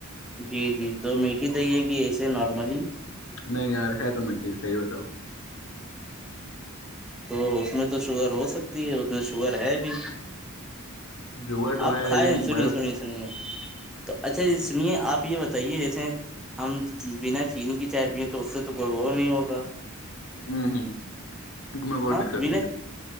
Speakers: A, in the centre; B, on the left.
A: جی جی تو میٹھی دیے گ ای نارملی
B: نہیں یار ہے تو میں ٹھیک صحی بتاؤ
A: تو اس میں تو شوگر ہو سکتی ہے اس میں شوگر ہے بھی
B: جگر تو
A: آپ
B: ہے
A: کھائے
B: لیکن
A: سنیے
B: مطلب
A: سنیے سنیے تو اچھا ج سمے آپ یہ بتائیے جیسے ہم بنا چینی کی چائے پ تو اس سے تو کوئی وہ نہیں ہوگا
B: ہوں ہوں میں کوئی
A: ہاں
B: دقت
A: بنا
B: نہیں ہے